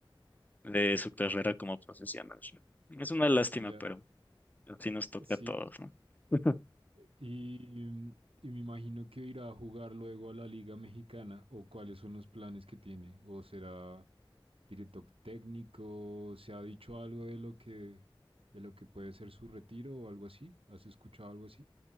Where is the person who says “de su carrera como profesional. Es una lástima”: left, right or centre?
Left